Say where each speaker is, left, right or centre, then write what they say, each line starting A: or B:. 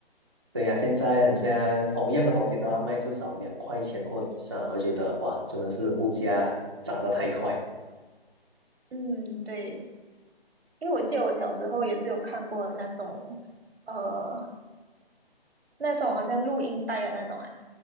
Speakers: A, on the right; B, on the right.
A: 对呀，现在很像同样的东西都要卖至少两块钱或以上，我觉得哇，真的是物价涨得太快了
B: 嗯，对。因为我记得我小时候也是有看过那种，呃，那种好像录音带的那种啊，